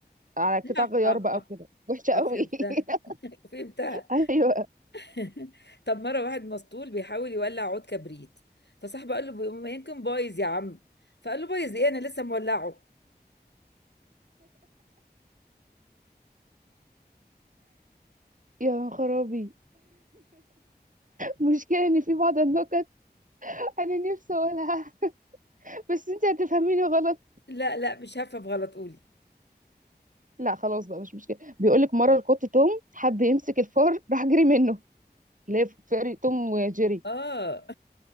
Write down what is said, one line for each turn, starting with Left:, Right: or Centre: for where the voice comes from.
Right: على
Left: <laughs>
Right: قطع غيار
Left: اه
Right: بقى وكده وحشة قوي
Left: فهمتها
Right: <laughs>
Left: فهمتها
Right: ايوه
Left: <laughs> طب مرة واحد مسطول بيحاول يولع عود كبريت فصاحبه قال له بي- ما يمكن بايظ يا عم فقال له بايظ ايه انا لسه مولعه
Right: يا خرابي مشكلة ان في بعض النكت انا نفسي اقولها بس انت هتفهميني غلط
Left: لا لا مش هفهم غلط قولي
Right: لا خلاص بقى مش مشكلة بيقولك مرة القط توم حب يمسك الفار راح جري منه اللي هي فيري توم وجيري
Left: اه